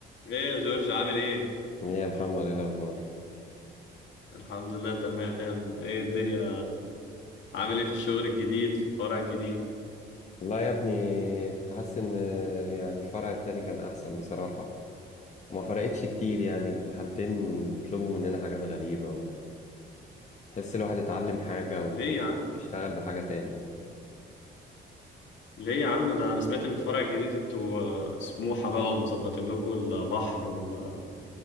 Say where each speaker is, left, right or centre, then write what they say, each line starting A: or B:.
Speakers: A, on the left; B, on the left.
A: ايه يا جورج عامل ايه؟
B: ايه يا محمد ايه الاخبار
A: الحمد لله تمام ايه الدنيا عامل ايه في الشغل الجديد في الفرع الجديد؟
B: والله يا ابني كنت حاسس ان يعني الفرع التاني كان احسن بصراحة وما فرقتش كتير يعني في الحالتين
A: ل-
B: بيطلبوا مننا حاجات غريبة وتحس الواحد اتعلم حاجة
A: ليه يا عم؟
B: ويشتغل بحاجة تاني
A: ليه يا عم ده انا سمعت ان الفرع الجديد انتوا آه، سموحة بقى ومظبطين لكم البحر وكل